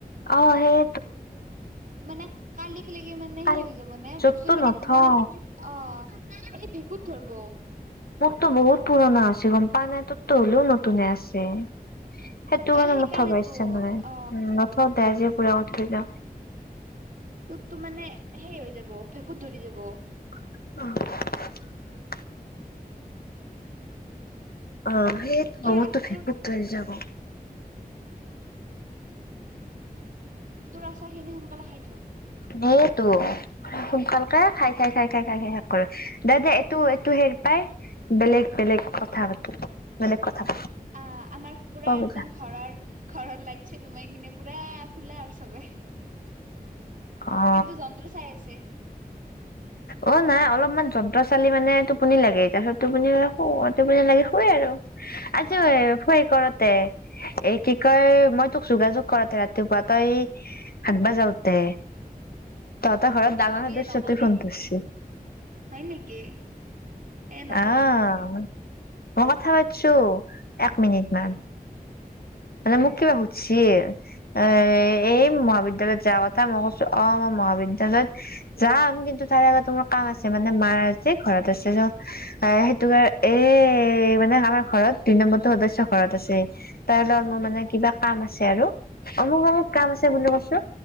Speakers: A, on the left (about 75°); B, on the right (about 55°).
A: অ সেই
B: মানে কালিক লকে মানে
A: কাল
B: সেই হৈ যাব নে
A: য'তটো
B: বস্তু খিনি
A: নথওঁ
B: মানে অ'। এই ভেঁকুত ধৰব।
A: টো বহুত পুৰণা আছে গম পান নাই তত হলেও নতুনে আছে। সেই তোৰ
B: এ
A: মানে
B: সেইকাৰণেতো
A: মথা পছে নে
B: অ
A: উ নথ দে য পুৰা ম থ যা
B: তত তো মানে সেই হৈ যাব ভেঁকুত ধৰি যাব।
A: অ'। অ', সেইটো
B: তোৰ
A: বহুতো
B: আ
A: ভেঁকুত
B: তোৰ
A: ধৰি যাব।
B: তোৰ আচাৰ খিনি সোনকালে খাই থ
A: ন তো সোনকালকে খাই খাই খাই খাই খাই খাই শাক কৰো দাদা এইটো এইটো হে পাই বেলেগ বেলেগ কথা পাতো বেলেগ কথা পাতো
B: অ', আমাৰ পুৰা
A: ক
B: একদম
A: কিবা
B: ঘৰৰ ঘৰৰ লাই চটোু মাৰ কিনে পুৰা খোলা আৰু চবে
A: অ
B: কিন্তু যন্ত্ৰ চাই আছে।
A: অ', নাই অলপমান যন্ত্ৰ চালি মানে টোপনি লাগে তাৰপিছত টোপনি শু অ টোপনি লাগে শুৱেই আৰু। আজিও
B: অ সেইটোৱে
A: ভৰি কৰোতে এই কি কয় মই তোক যোগাযোগ কৰোতে ৰাতিপুৱা তই হাগবা যাতে তহঁতৰ ঘৰত
B: নকবিয়ে
A: ডাঙৰ হাদ
B: নকবি
A: চতে ফোন কইছ
B: হয় নেকি এ নকবি
A: আহ
B: নকবি
A: মই কথা পাতিছো এক মিনিট মান মানে মোক কিবা শুধচি। এ এই মহাবিদ্যালয়ত যৱা কথা। মই কৈছো অ' মহাবিদ্যালয়ত যাম কিন্তু তাৰে আগত মোৰ কাম আছে মানে মাৰ আছে ঘৰত আছে চ এ সেইটো কাৰ এ মানে আমাৰ ঘৰত দুতিই নম্বৰটো সদস্য ঘৰত আছে তাৰ লগ
B: অ
A: মানে কিবা কাম আছে আৰু অমুক
B: অ
A: অমুক কাম আছে বুলি কৈছো